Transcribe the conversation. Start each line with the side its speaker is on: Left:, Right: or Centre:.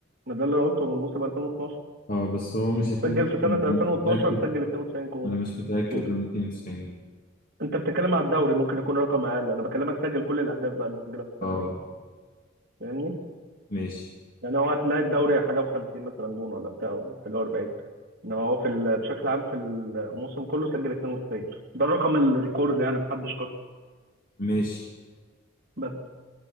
Right: ما ده اللي أنا قلته من موسم 2012
Left: اه بس هو مش 92
Right: سجل في سنة 2012
Left: مش متأكد
Right: سجل 92 جول
Left: أنا مش متأكد
Right: توتال
Left: من 92 دي
Right: انت بتتكلم على الدوري ممكن يكون رقم اقل انا بكلمك سجل كل الاهداف بقى اللي سجلها في السنه
Left: اه
Right: دي فاهمني
Left: ماشي
Right: يعني هو هتلاقي الدوري حاجه و50 مثلا جون ولا بتاع ولا حاجه 40 انما هو في ال- بشكل عام في الموسم كله سجل 92 ده الرقم الريكورد يعني محدش كسر
Left: ماشي
Right: بس